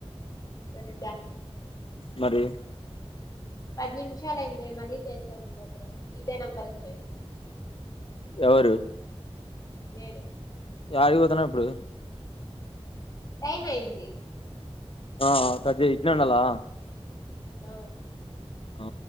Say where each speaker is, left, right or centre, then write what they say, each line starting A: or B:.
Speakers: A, on the left (about 35°); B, on the left (about 60°).
A: సరే దా
B: మరి
A: పది నిమిషాలు అయింది మళ్ళీ చేస్తానుండి ఒకరు ఇదే నంబర్ వచ్చి
B: ఎవరు
A: నేను
B: యాడికి పోతన్నవ్ ఇప్పుడు
A: టైమ్ అయింది
B: ఆ ఆ కట్ జేయ్ ఇట్టనే ఉండాలా
A: ఆ
B: ఆ